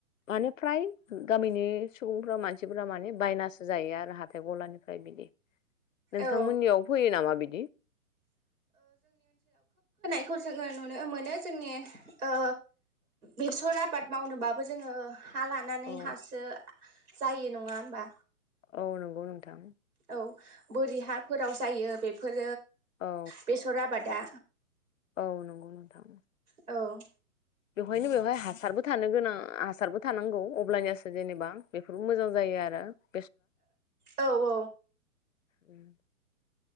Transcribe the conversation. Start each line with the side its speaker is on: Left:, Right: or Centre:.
Left: माने फ्राय गामिनि सुबुंफ्रा मानसि माने बायनासो जायो आरो हाथाय गलानिफ्राय बिदि नोंथांमोननियाव
Right: औ
Left: फैयो नामा बिदि
Right: बेखौ जोङो नुनो मोनो जोंनि ओ बेसर आबाद मावनोबाबो जोङो हा लानानै
Left: औ
Right: हासो जायो नङा होमबा
Left: औ नंगौ नोंथां
Right: औ बोरि हाफोराव जायो बेफोर
Left: औ
Right: बेसर आबादा
Left: औ नंगौ नोंथां
Right: औ
Left: बेवहायनो बेवहाय हासारबो थानो गोनां हासारबो थानांगौ अब्लानियासो जेनेबा बेफोरबो मोजां जायो <unintelligible>
Right: औ औ।
Left: उम।